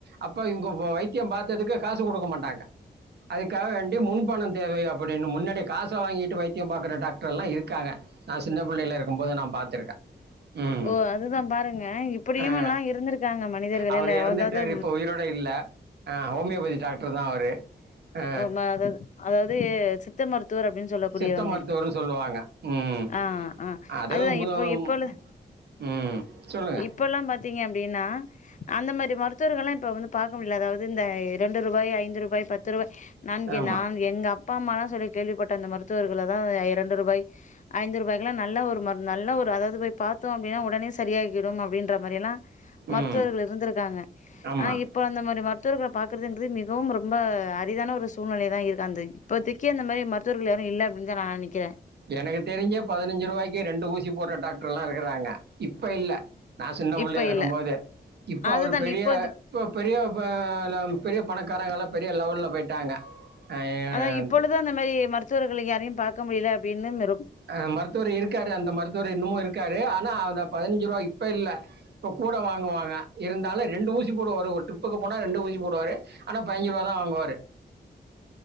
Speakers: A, on the right (about 80°); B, on the left (about 45°).
A: அப்ப இவுங்க வைத்தியம் பாத்ததுக்கு காசு கொடுக்க மாட்டாங்க அதுக்காக வேண்டி முன்பணம் தேவை அப்டின்னு முன்னாடி காச வாங்கிட்டு வைத்தியம் பாக்குற டாக்டர்லா இருக்காங்க நா சின்ன புள்ளைல இருக்கும்போது நா பாத்திருக்கே ம்
B: ஓ அதுதா பாருங்க இப்படியுமெல்லா
A: ஆ
B: இருந்திருக்காங்க மனிதர்கள்
A: அவர்
B: இல்ல
A: இறந்துட்டாரு
B: அதாவது
A: இப்ப உயிரோடு இப்ப இல்ல ஆ ஹோமியோபதி டாக்டர் தா அவரு ஆ
B: அத அதாவது சித்த மருத்துவர் அப்டின்னு சொல்லக்கூடியவங்க
A: சித்த மருத்துவர் சொல்லுவாங்க ம்
B: ஆ ஆ
A: அதுவு
B: அதுதா
A: புதும்
B: இப்போ இப்போல
A: ம் சொல்லுங்க
B: இப்ப எல்லாம் பாத்தீங்க அப்டின்னா அந்த மாதிரி மருத்துவர்கள் எல்லா இப்ப வந்து பாக்க முடில அதாவது இந்த இரண்டு ரூபாய் ஐந்து ரூபாய் பத்து ரூபாய் நன்கி
A: ஆமாம்
B: நா எங்க அப் அப்பா அம்மாலா சொல்லி கேள்விப்பட்டேன் அந்த மருத்துவர்கள் தான் இரண்டு ரூபாய் ஐந்து ரூபாய்க்குலா நல்ல ஒரு மரு நல்ல ஒரு அதாவது போய் பாத்தோ அப்டினா உடனே சரியாகிடும் அப்டின்ற மாரிலாம் மருத்துவர்கள்
A: ம்
B: இருந்திருக்காங்க
A: ஆமாம்
B: ஆனா இப்ப அந்த மாதிரி மருத் துவர்கள பாக்கறதுங்கிறது மிகவும் ரொம்ப அரிதான ஒரு சூழ்நிலை தான் இருக்கு அந்த இப்போதக்கி அந்த மாதிரி மருத் துவர்கள் யாரும் இல்லன்னு அப்டிதா நா நெனக்கிறே
A: எனக்கு தெரிஞ்சு பதினஞ்சு ரூவாய்க்கி ரெண்டு ஊசி போடுற டாக்டர்லாம் இருக்குறாங்க இப்போ இல்ல நா சின்ன
B: இப்ப
A: புள்ளயா இருக்கும்போது
B: இல்ல
A: இப்ப
B: அதுதான்
A: அவரு பெரிய
B: இப்பொழுது
A: இப்ப பெரிய ப ல பெரிய பணக்காரங்களலா பெரிய லெவல்ல போயிட்டாங்க அஹ்
B: அதா இப்பொழுது அந்த மரி மருத்துவர்கள் இங்க யாரையு பாக்க முடில அப்டின்தா இந்த
A: அ மருத்துவர் இருக்காரு அந்த மருத்துவர் இன்னமு இருக்காரு ஆனா அந்த பதினஞ்சிருவா இப்ப இல்ல இப்ப கூட வாங்குவாங்க இருந்தாலு ரெண்டு ஊசி போடு ஒரு ஒரு ட்ரிப்புக்கு போனா ரெண்டு ஊசி போடுவாங்க ஆனா பய்ஞ்சுருவா தா வாங்குவாரு